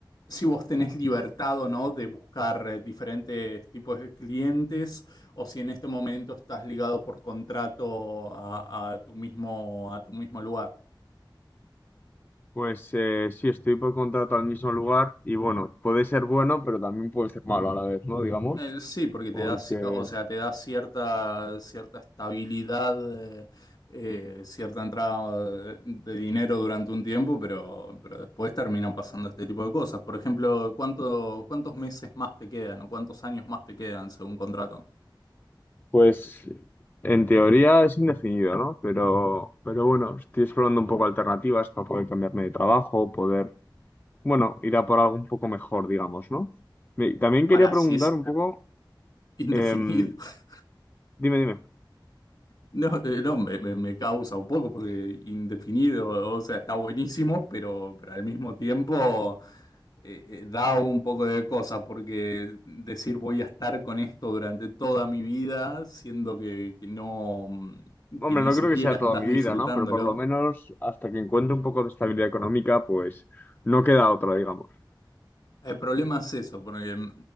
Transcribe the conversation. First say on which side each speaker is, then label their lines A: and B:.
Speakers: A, on the left (about 55°); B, on the left (about 25°).
A: si vos tenés libertad o no de buscar eh, diferentes tipos de clientes o si en este momento estás ligado por contrato a, a tu mismo, a tu mismo lugar.
B: Pues eh, sí, estoy por contrato al mismo lugar y bueno, puede ser bueno, pero también puede ser malo a la vez, ¿no? Digamos,
A: Eh, sí, porque te
B: porque
A: da, ci- o sea, te da cierta, cierta estabilidad, eh, eh, cierta entrada de, de dinero durante un tiempo, pero, pero después terminan pasando este tipo de cosas. Por ejemplo, ¿cuánto, cuántos meses más te quedan o cuántos años más te quedan según contrato?
B: Pues en teoría es indefinido, ¿no? Pero, pero bueno, estoy explorando un poco alternativas para poder cambiarme de trabajo, poder, bueno, ir a por algo un poco mejor, digamos, ¿no? Me- También
A: Para
B: quería preguntar
A: si es
B: un poco,
A: indefinido.
B: em,
A: <laughs>
B: dime, dime.
A: No, eh, no, me, me- me causa un poco porque indefinido, o sea, está buenísimo, pero, pero al mismo tiempo. eh, eh, da un poco de cosa, porque decir voy a estar con esto durante toda mi vida, siendo que, que no, mm,
B: Hombre,
A: que ni
B: no
A: siquiera
B: creo que sea toda
A: estás
B: mi
A: disfrutándolo,
B: vida, ¿no? Pero por lo menos hasta que encuentre un poco de estabilidad económica, pues no queda otra, digamos.
A: El problema es eso, porque mm,